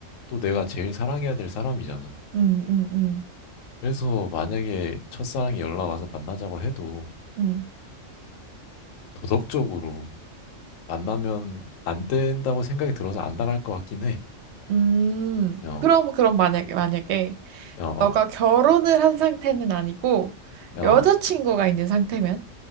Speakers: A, on the left; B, on the right.
A: 또 내가 제일 사랑해야 될 사람이잖아.
B: 음, 음, 음,
A: 그래서 만약에 첫사랑이 연락 와서 만나자고 해도
B: 음.
A: 도덕적으로 만나면 안 된다고 생각이 들어서 안 나갈 것 같긴 해.
B: 음,
A: 어,
B: 그럼, 그럼 만약에, 만약에,
A: 어, 어,
B: 너가 결혼을 한 상태는 아니고,
A: 어.
B: 여자친구가 있는 상태면?